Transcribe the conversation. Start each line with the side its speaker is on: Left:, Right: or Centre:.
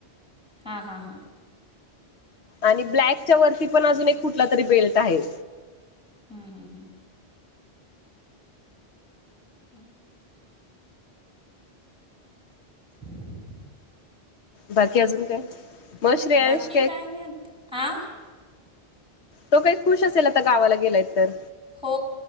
Centre: हां हां हां
Left: आणि ब्लॅकच्या वरती पण अजून एक कुठला तरी बेल्ट आहे
Centre: हम् हम् हम् ह ह
Left: बाकी अजून काय? मग श्रेयांश
Centre: बाकी काय नाही आ
Left: तो काही खुश असेल आता गावाला गेलायत तर
Centre: हो